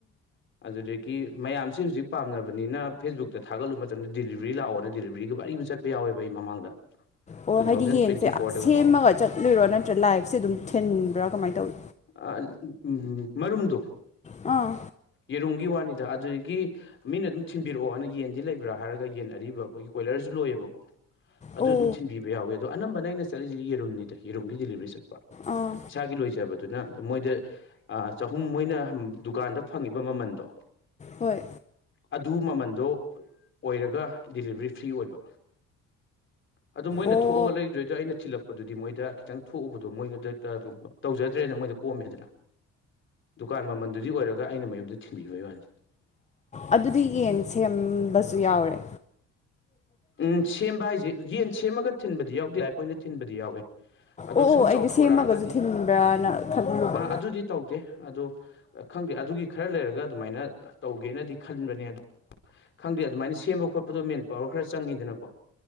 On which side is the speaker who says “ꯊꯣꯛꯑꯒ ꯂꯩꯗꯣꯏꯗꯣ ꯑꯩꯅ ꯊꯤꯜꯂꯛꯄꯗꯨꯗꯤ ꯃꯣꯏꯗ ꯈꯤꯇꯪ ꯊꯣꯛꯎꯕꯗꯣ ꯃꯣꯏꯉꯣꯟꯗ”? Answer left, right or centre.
Left